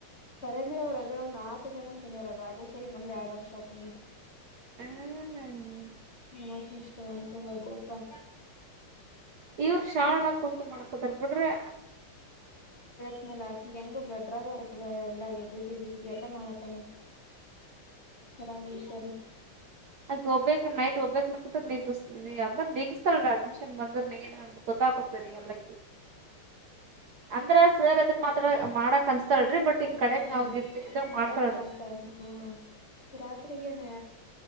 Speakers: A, on the left (about 35°); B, on the right (about 60°).
A: ಸರೇಂದ್ರ ಅವರು ಅದ್ರೊಳಗೆ ನಾಲ್ಕು ಜನ ಸೀನಿಯರ್ ರಾಜೇಶ್ವರಿ ಬಂದ್ ಎರಡ್ ವರ್ಷ ಆಯ್ತು
B: ಹ್ಮ್
A: ನ ಸುಷ್ಟಂತ <inaudible> ಬದತ
B: ಇವ್ರು ಶಾ ನ್ ಕುಂತು ಮಾಡ್ಕೋಂತರ್ ಬಿಡ್ರಿ
A: ಅಲ್ ಆಚಿಗೆ ಅಂದ್ರೆ ರೆಡ್ ರಾಗ್ ಹೊರ್ತದೆ ಎಲ್ಲಾ <inaudible> ಎಲ್ಲ ಮಾಡತ್ತ ರಾಗೇಶ್ವರಿ
B: ಅಲ್ಲ್ ಹೋಗ್ ಬೇಕ್ ನೈಟ್ ಹೋಗ್ಬೇಕ ಕು ನೀಗುಸ್ <inaudible> ಹ ಅಡ್ಮಿಷನ್ ಬಂದರ್ನ ಎನಳ್ತ ಗೊತ್ತಾಗ್ರಿ ಎಲ್ಲಕ್ಕೆ ಅಂದ್ರ ಸರ್ ಅದುಕ್ ಮಾತ್ರ ಮಾಡಕ್ ಕಲ್ಸ್ತರ್ರಿ ಬಟ್ ಹಿಂಗ್ ಕಡೆಕ್
A: ಹ್ಮ್
B: ನಾವ್ ಇದ ಇದಂಗ
A: ತರಕ್
B: ಮಾಡ್ತಾಳ್ರಿ.
A: ಹೋಗ್ತಾನ್ ಹ್ಮು ರಾತ್ರಿಗೇನಾ